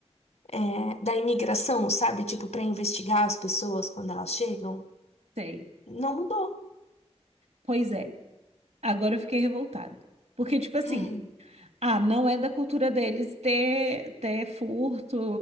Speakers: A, on the left; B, on the right.
A: é, da imigração, sabe? Tipo, para investigar as pessoas quando elas chegam.
B: sei,
A: Não mudou.
B: pois é, agora eu fiquei revoltada, porque tipo assim,
A: Hum.
B: ah, não é da cultura deles ter, ter furto,